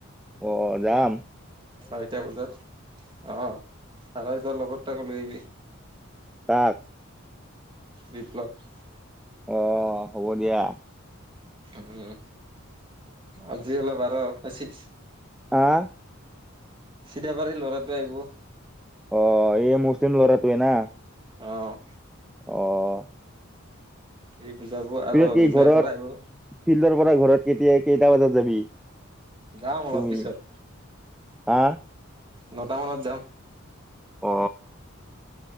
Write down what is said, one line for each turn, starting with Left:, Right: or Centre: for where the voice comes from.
Centre: অ', যাম।
Right: চাৰিটা বজাত অ', <unintelligible> লগত তাকো লৈ আহিবি।
Centre: কাক?
Right: বিপ্লৱ।
Centre: অ', হ'ব দিয়া।
Right: উম, আজি অলপ আৰু এ চি
Centre: আ
Right: <unintelligible> বাৰে ল'ৰাটো আহিব।
Centre: অ', এই মুছলিম ল'ৰাটোৱে না?
Right: অ'
Centre: অ'।
Right: সি বুজাব আৰু
Centre: পিছত কি
Right: দুধনৈৰ
Centre: ঘৰত
Right: পৰা আহিব।
Centre: ফিল্ডৰ পৰা ঘৰত কেতিয়া কেইটা বজাত যাবি?
Right: যাম অলপ
Centre: তুমি
Right: পিছত।
Centre: হা?
Right: নটা মানত যাম।
Centre: অ